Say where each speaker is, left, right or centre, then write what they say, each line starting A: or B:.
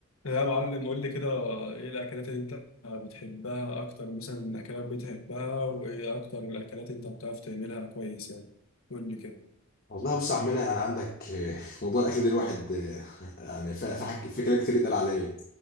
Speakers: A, on the left (about 75°); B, on the left (about 45°).
A: يا معلم قول لي كده ايه الاكلات اللي انت بتحبها اكتر مثلا من اكلات بتحبها وايه اكتر الاكلات انت بتعرف تعملها كويس يعني قول لي كده
B: والله بص يا عمنا يعني عندك آه، موضوع الاكل ده الواحد آه، يعني في في حك- في كلام كتير اتقال عليا